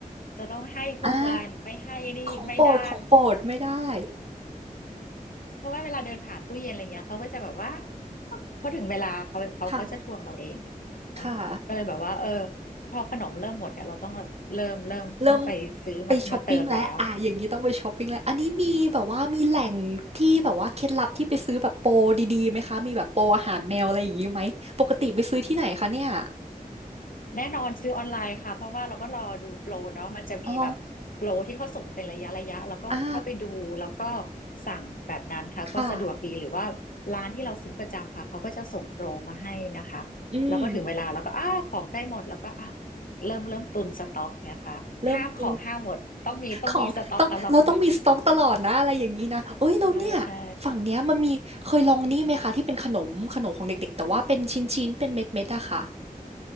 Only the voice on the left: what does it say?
จะต้องให้ทุกวันไม่ให้นี่ไม่ได้
เพราะว่าเวลาเดินผ่านตู้เย็นอะไรเงี้ยเขาก็จะแบบว่าพอถึงเวลาเขาเขาเขาจะทวงเราเอง
แล้วก็เลยแบบว่าเออ
พอขนมเริ่มหมดเนี่ยเราต้องเริ่มเริ่มต้องไปซื้อมามาเติมแล้ว
แน่นอนซื้อออนไลน์ค่ะเพราะว่าเราก็รอดูโปรเนาะมันจะมีแบบโปรที่เขาส่งเป็นระยะระยะเราก็เข้าไปดูแล้วก็
สั่งแบบนั้นค่ะก็สะดวกดีหรือว่าร้านที่เราซื้อประจำค่ะเขาก็จะส่งโปรมาให้นะคะเราก็ถึงเวลาเราก็อ้าของใกล้หมดแล้วก็อ่ะ
เริ่มเริ่มตุนสต็อกเนี่ยค่ะห้ามของห้ามหมดต้องมีต้องมีสต็อกตลอด
<laughs> ใช่ใช่